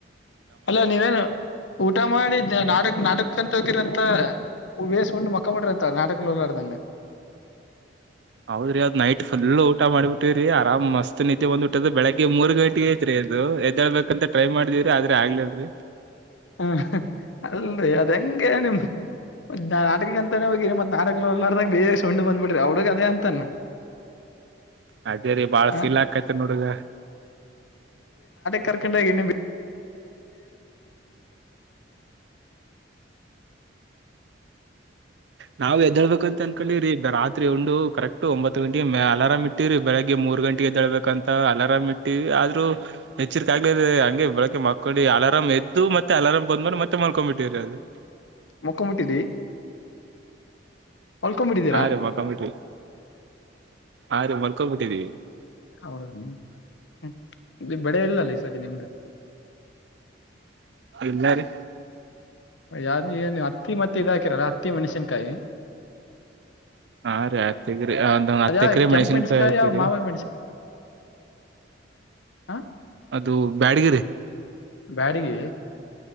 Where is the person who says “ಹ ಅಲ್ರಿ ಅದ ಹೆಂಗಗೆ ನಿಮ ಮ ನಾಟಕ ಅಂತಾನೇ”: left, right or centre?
Left